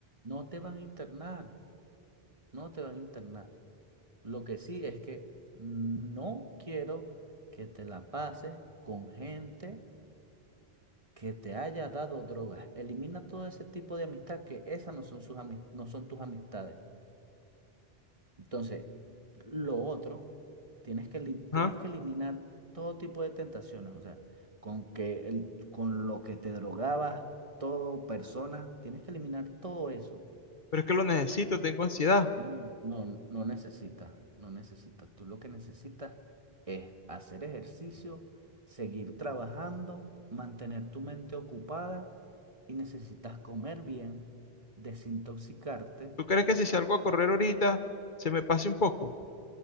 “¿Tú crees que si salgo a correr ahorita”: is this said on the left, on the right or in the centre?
Left